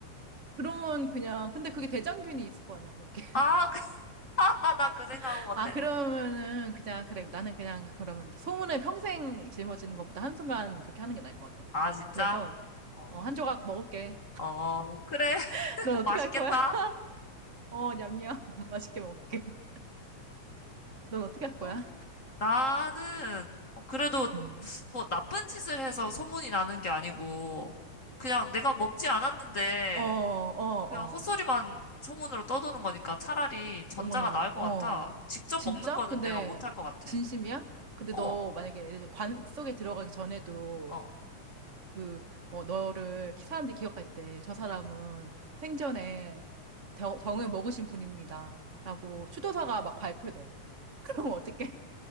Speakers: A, on the right; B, on the left.
A: 그러면 그냥 근데 그게 대장균이 있을 거 아니야 거기
B: 아, <laughs> 나 그 생각은
A: <laughs>
B: 못했네.
A: 아 그러면은 그냥 그래 나는 그냥 그러면 소문을 평생 짊어지는 것보다 한순간 그렇게 하는 게 나을 것 같아
B: 아, 진짜?
A: 그래서
B: 어.
A: 어, 한 조각 먹을게
B: 어, 그래.
A: <laughs>
B: <laughs>
A: 넌 어떻게
B: 맛있겠다.
A: 할 거야 <laughs> 어 냠냠 <laughs> 맛있게 먹게 을 넌 어떻게 할 거야?
B: 어, 나는 그래도
A: 음.
B: 뭐 나쁜 짓을 해서 소문이 나는 게 아니고 그냥 내가 먹지 않았는데
A: 어, 어,
B: 그냥 헛소리만
A: 어.
B: 소문으로 떠도는 거니까 차라리 전자가
A: 어머나,
B: 나을 것
A: 어.
B: 같아. 직접
A: 진짜?
B: 먹는 거는
A: 근데,
B: 내가 못할 것 같아.
A: 진심이야? 근데
B: 어,
A: 너 만약에 예를 들어 관 속에 들어가기 전에도
B: 어.
A: 그, 어, 너를 기- 사람들이 기억할 때 저 사람은 생전에 정, 정을 먹으신 분입니다. 라고 추도사가 막 발표돼. <laughs> 그럼 어떡해?